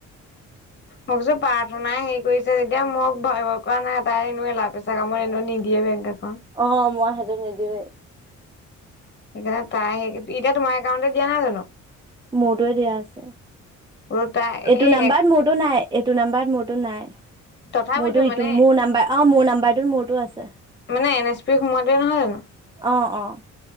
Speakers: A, on the right; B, on the left.
A: <inaudible>
B: মই কৈছো প্ৰাৰ্থনাই হেৰি কৰিছে যেতিয়া মোক ভয়ৰ কৰা নাই। তাই এনেও এলা-পেচা কামত এনেও নিদিয়ে বেংকত।
A: অ', মই সেইটো নিদিওঁয়েই।
B: সেইকাৰণে তাই সেই, এতিয়া তোমাৰ একাউণ্টটো দিয়া নাই জানো?
A: মোৰটোৱে দিয়া আছে।
B: বোলো তাই
A: এইটো
B: সেই
A: নাম্বাৰত মোৰতো নাই। এইটো নাম্বাৰত মোৰতো নাই।
B: তথাপিতো
A: মোৰতো ইটো
B: মানে
A: মোৰ নাম্বাৰ, অ', মোৰ নাম্বাৰোটোত মোৰতো আছে।
B: মানে এন এছ পি সোমোৱাতো নহয় জানো?
A: অ অ